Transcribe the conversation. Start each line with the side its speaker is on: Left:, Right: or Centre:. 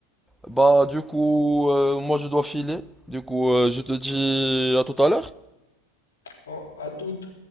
Centre: Bah du coup, euh, moi je dois filer. Du coup, euh, je te dis à tout à l'heure.
Left: Bon, à toutes.